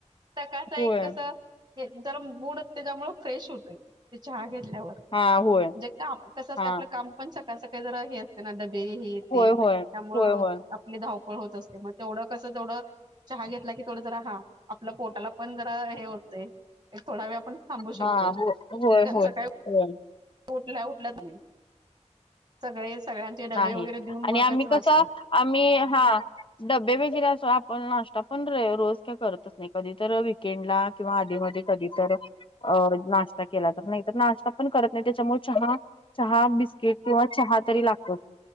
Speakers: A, on the right; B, on the left.
A: तकाच
B: होय
A: एक कसं. हे त्याला मूड असं त्यामुळे फ्रेश होतय ते चहा घेतल्यावर.
B: हा होय
A: म्हणजे काम कसं असते
B: हा
A: आपलं काम. पण सकाळ सकाळी जरा हे असते ना डबे हे येते
B: होय
A: त्यामुळं.
B: होय होय होय
A: आपली धावपळ होत असते मग तेवढं कसं तेवढं. चहा घेतला की थोड जरा हा आपल्या पोटाला पण जरा हे होत. एक थोडा वेळ आपण थांबू शकतोय
B: हा होय
A: त्यांच
B: होय
A: काय.
B: हो.
A: उठल्या उठल्यात नाही सगळे सगळ्यांचे डबे
B: नाही
A: वगैरे देऊन
B: आणि
A: मगच
B: आम्ही
A: नाशता.
B: कसं आम्ही हा डबे वगैरे असो आपण नाश्ता पण रोज काय करतो. कधी तर विकेंड ला किंवा आधी मधी कधी तर. अ नाश्ता केला तर नाही तर नाश्ता पण करत नाही त्याच्यामुळे चहा. चहा बिस्किट किंवा चहा तरी लागते.